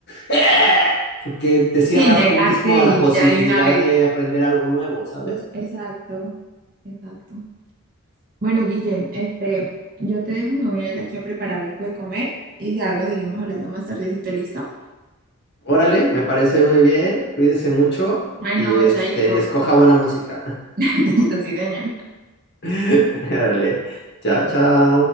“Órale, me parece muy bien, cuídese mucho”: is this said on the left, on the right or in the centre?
Left